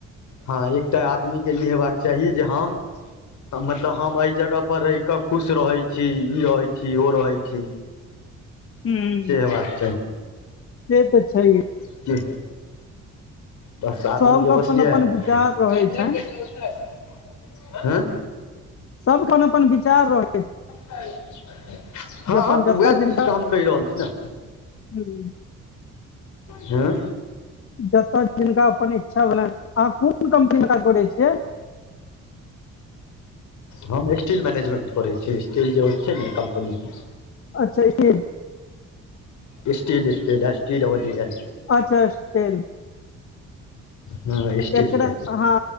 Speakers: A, on the left (about 70°); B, on the left (about 45°).
A: हँ एकटा आदमी के ई हेबाक चाही जे हम मतलब हम एहि जगहपर रहि कऽ खुश रहै छी ई रहै छी ओ रहै छी
B: हूँ
A: से हेबाक
B: से तऽ छै हे
A: हूँ बस आदमी
B: सबके
A: के
B: अपन
A: बस इएह
B: अपन
A: हेबाक
B: विचार
A: चाही
B: रहै छनि
A: <unintelligible> हँ
B: सब खन अपन विचार रही
A: भ <unintelligible> हँ
B: जे अपन
A: हँ तऽ
B: जतऽ
A: उएह
B: जिनका
A: चीज तऽ हम कहि रहल छी ने
B: हूँ
A: हूँ
B: जतऽ जिनका अपन इच्छा भेलनि अहाँ कोन कम्पनीमे काज करै छियै
A: हम इस्टील मैनेजमेंट करै छै इस्टील जे होइ छै ने कम्पनी के
B: अच्छा ई
A: steel steel S T double E L
B: अच्छा इस्टील
A: हूँ इस्टील
B: एकरा
A: के
B: हँ